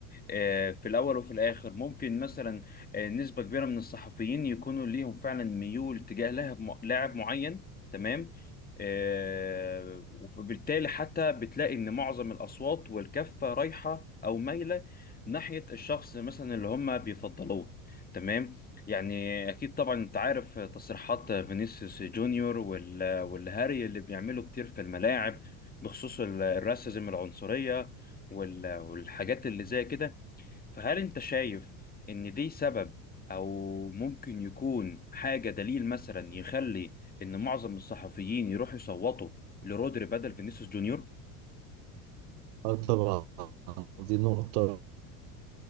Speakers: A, on the left (about 20°); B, on the right (about 65°).
A: آه، في الأول وفي الآخر ممكن مثلا آه، نسبة كبيرة من الصحفيين يكونوا ليهم فعلا ميول تجاه لاعب م- لاعب معين تمام آه، وبالتالي حتى بتلاقي إن معظم الأصوات والكفة رايحة أو مايلة ناحية الشخص مثلا اللي هم بيفضلوه تمام يعني أكيد طبعا أنت عارف تصريحات فينيسيوس جونيور وال- والهاري اللي بيعملوا كتير في الملاعب بخصوص ال- الراسيزم العنصرية وال- والحاجات اللي زي كده فهل انت شايف ان دي سبب او ممكن يكون حاجة دليل مثلا يخلي ان معظم الصحفيين يروحوا يصوتوا لرودري بدل فينيسيوس جونيور؟
B: اه طبعا دي نقطة